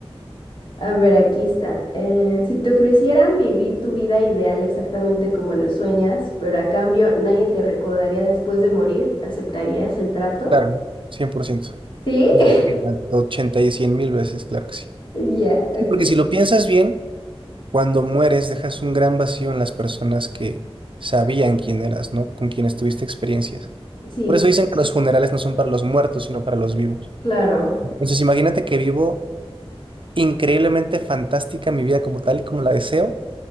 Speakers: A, on the left (about 50°); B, on the right (about 55°).
A: A ver, aquí está. Eh, si te ofrecieran vivir tu vida ideal exactamente como lo sueñas, pero a cambio nadie te recordaría después de morir, ¿aceptarías el trato?
B: claro, 100%.
A: ¿Sí?
B: Y-
A: <laughs>
B: ochenta y 100 mil veces, claro que sí.
A: Ya, ok.
B: Sí, porque si lo piensas bien, cuando mueres dejas un gran vacío en las personas que sabían quién eras, ¿no? Con quienes tuviste experiencias.
A: Sí,
B: Por eso dicen que los funerales no son para los muertos, sino para los vivos.
A: claro.
B: Entonces, imagínate que vivo increíblemente fantástica mi vida como tal y como la deseo,